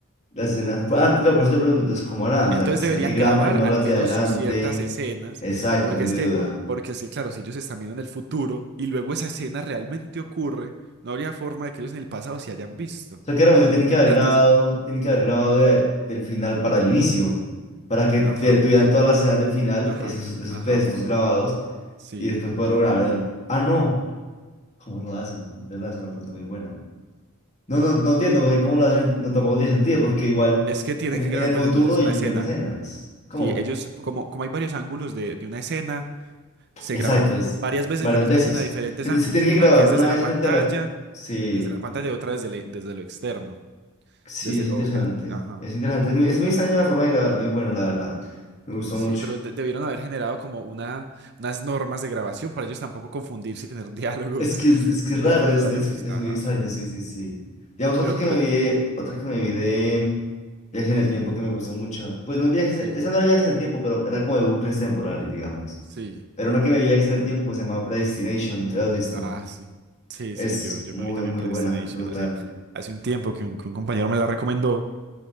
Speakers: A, on the left; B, on the right.
A: Las escenas. pues, Ah, claro, por eso te pregunto, entonces, ¿cómo harán?
B: Entonces
A: O sea, ¿será
B: deberían
A: que graban
B: grabar
A: primero
B: al
A: las
B: menos
A: de adelante?
B: ciertas escenas,
A: Exacto,
B: porque
A: es mi
B: es
A: duda.
B: que, porque es que, claro, si ellos están viendo en el futuro y luego esa escena realmente ocurre, no habría forma de que ellos en el pasado se hayan visto.
A: O sea, que realmente tienen que haber
B: ¿Cierto?
A: grabado,
B: Entonces,
A: tienen que haber grabado de- del final para el inicio, para que te-
B: Ajá,
A: tuvieran todas las escenas del final,
B: ajá.
A: esos, esos
B: Ajá.
A: pedacitos grabados,
B: Sí,
A: y después poderlo grabar en el. Ah, no, ¿cómo lo hacen? Es verdad, es una pregunta muy buena. No, no, no entiendo, porque ¿cómo lo hacen? No, tampoco tiene sentido, porque igual
B: es que tienen
A: en,
B: que
A: en
B: grabar
A: el
B: varias
A: futuro
B: veces
A: ellos
B: una escena.
A: ven escenas. ¿Cómo?
B: Sí, ellos, como, como hay varios ángulos de, de una escena, se
A: Exacto,
B: graban
A: es
B: varias veces
A: varias
B: la misma
A: veces.
B: escena de diferentes
A: Se,
B: ángulos.
A: ti- se tiene
B: Una
A: que grabar
B: que es
A: una
B: desde
A: vez
B: la pantalla,
A: frente a la... Sí,
B: desde la pantalla y otra desde, le- desde lo externo,
A: sí,
B: desde
A: es
B: lo,
A: interesante.
B: el, ajá.
A: Es interesante. Es muy, es muy extraña la forma de grabar, muy buena, la verdad. Me gustó
B: Sí,
A: mucho.
B: pero de- debieron haber generado como una, unas normas de grabación para ellos tampoco confundirse y tener diálogos,
A: Es que es,
B: <laughs>
A: es que es
B: diálogos
A: raro, es,
B: malucos,
A: es, es
B: ajá.
A: muy extraño, sí, sí, sí. Digamos, otra
B: Pero,
A: que
B: pero,
A: me vi de, otra que me vi de Viajes en el Tiempo que me gustó mucho. Pues no viajes,
B: sí,
A: en- esa no era Viajes en el Tiempo, pero era como de bucles temporales, digamos.
B: sí.
A: Pero una que me vi Viajes en el Tiempo se llama Predestination, ¿te la has visto?
B: Ah, sí. Sí,
A: Es
B: sí, yo, yo
A: muy,
B: me vi también
A: muy
B: Predestination
A: buena, brutal.
B: hace, hace un tiempo que un, que un compañero me la recomendó